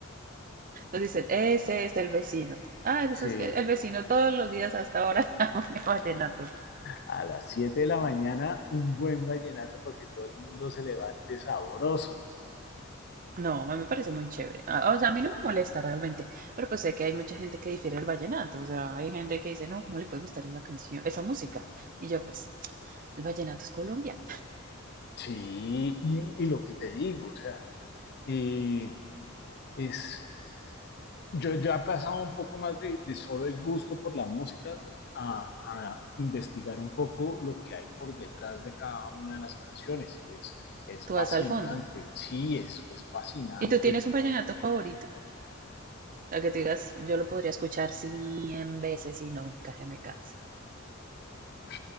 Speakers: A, on the right; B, on the left.
A: Entonces dicen, ese es el vecino. Ah, eso
B: Sí,
A: es que el vecino todos los días hasta ahora <laughs> pone vallenato.
B: A las 7 de la mañana, un buen vallenato para que todo el mundo se levante sabroso.
A: No, a mí me parece muy chévere. Ah, o sea, a mí no me molesta realmente, pero pues sé que hay mucha gente que difiere del vallenato. O sea, hay gente que dice, no, ¿cómo le puede gustar esa canción, esa música? Y yo, pues, el vallenato es Colombia.
B: Sí, y, y lo que te digo, o sea, y es, yo ya he pasado un poco más de, de solo el gusto por la música a, a investigar un poco lo que hay por detrás de cada una de las canciones. Y es, es
A: Tú
B: fascinante,
A: vas al fondo.
B: sí, es, es fascinante.
A: ¿Y tú tienes un vallenato favorito? A que tú digas, yo lo podría escuchar cien veces y nunca se me cansa.
B: Uy,